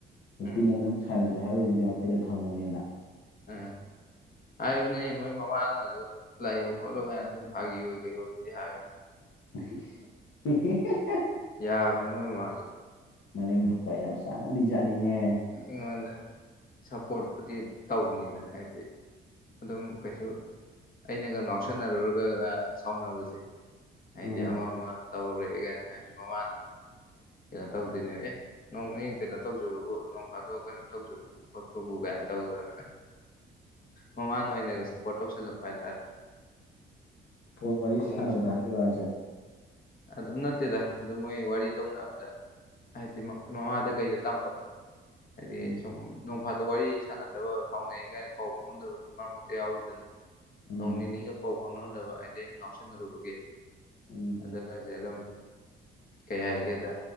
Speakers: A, on the left; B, on the left.
A: ꯅꯨꯄꯤꯅ
B: ꯎꯝ
A: ꯅꯪ ꯁꯥꯟꯅꯁꯨ ꯍꯥꯏꯔꯨꯁꯤꯅꯦ ꯑꯩꯈꯣꯏꯗ ꯊꯝꯃꯅꯤꯅ
B: ꯎꯝ ꯍꯥꯏꯕꯅꯦ ꯃꯣꯏ ꯃꯃꯥꯅꯁꯨ ꯂꯩꯌꯣ ꯈꯣꯠꯂꯣ ꯀꯥꯏꯅ ꯑꯗꯨꯝ ꯐꯥꯒꯤ ꯑꯣꯏ ꯀꯩ ꯑꯣꯏꯕꯕꯨꯗꯤ ꯍꯥꯏꯕꯅꯤ
A: <unintelligible>
B: ꯌꯥꯕꯅꯤꯅꯦ ꯃꯣꯏ ꯃꯥꯁꯦ
A: ꯃꯅꯦꯝꯀ ꯌꯥꯝ ꯆꯥꯅ ꯗꯤꯖꯥꯠꯅꯤꯅꯦ
B: ꯑꯩꯉꯣꯟꯗ ꯁꯞꯄꯣꯔꯠꯄꯨꯗꯤ ꯇꯧꯕꯅꯤꯅ ꯍꯥꯏꯗꯤ ꯑꯗꯨꯝ ꯀꯩꯁꯨ ꯑꯩꯅꯒ ꯉꯥꯎꯁꯟꯅꯔꯨꯔꯒꯒ ꯁꯥꯎꯅꯕꯁꯦ ꯍꯥꯏꯗꯤ
A: ꯎꯝ
B: ꯑꯃ ꯑꯃ ꯇꯧꯔꯨꯔꯦ ꯀꯥꯏꯅ ꯍꯥꯏꯕꯁꯦ ꯃꯃꯥꯅ ꯀꯩꯅꯣ ꯇꯧꯗꯣꯏꯅꯦꯕ ꯑꯦ ꯅꯣꯡꯅꯦ ꯀꯩꯅꯣ ꯇꯧꯖꯕꯕꯨ ꯅꯧꯈꯥꯗꯣ ꯀꯩꯅꯣ ꯇꯧꯖꯕꯕꯨ ꯈꯣꯠꯄꯕꯨ ꯀꯥꯏꯅ ꯇꯧꯗꯅ ꯃꯃꯥꯟꯅ ꯑꯣꯏ ꯑꯣꯏꯅ ꯀꯩ ꯁ ꯄꯣꯇꯣꯛꯁꯂꯛꯄꯥꯏ ꯇꯦ
A: ꯄ ꯋꯥꯔꯤ
B: ꯑꯃꯨꯛ
A: ꯁꯥꯟꯕꯗ ꯍꯥꯏꯔꯛꯔꯣ ꯍꯥꯏꯁꯦ
B: ꯑꯗꯨꯝ ꯅꯠꯇꯦꯗ ꯑꯗꯨ ꯃꯣꯏ ꯋꯥꯔꯤ ꯇꯧꯅꯕꯗ ꯍꯥꯏꯗꯤ ꯃꯃꯥꯗ ꯀꯩꯗ ꯇꯝꯕꯗꯣ ꯍꯥꯏꯗꯤ
A: ꯎꯝ
B: ꯁꯨꯝ ꯅꯣꯡꯐꯥꯗ ꯋꯥꯔꯤ ꯁꯥꯟꯅꯗꯕ ꯁꯥꯎꯅꯩ ꯀꯥꯏꯅ ꯄꯥꯎ ꯐꯥꯎꯍꯟꯗꯕꯗꯨ ꯃꯔꯛ ꯃꯔꯛꯇ ꯌꯥꯎꯋꯤꯗꯅ
A: ꯎꯝ
B: ꯅꯣꯡ ꯅꯤꯅꯤꯒ ꯄꯥꯎ ꯐꯥꯎꯅꯗꯕ ꯍꯥꯏꯗꯤ ꯑꯩꯅ ꯉꯥꯎꯁꯟꯅꯔꯨꯕꯒꯤ
A: ꯎꯝ
B: ꯑ ꯀꯁꯦ ꯑꯗꯨꯝ ꯀꯩ ꯍꯥꯏꯒꯦꯗ